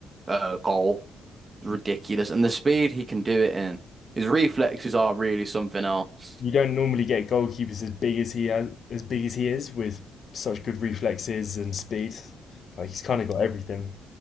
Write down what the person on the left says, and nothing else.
you don't normally get goalkeepers as big as he has, as big as he is with such good reflexes and speed. Like he's kind of got everything.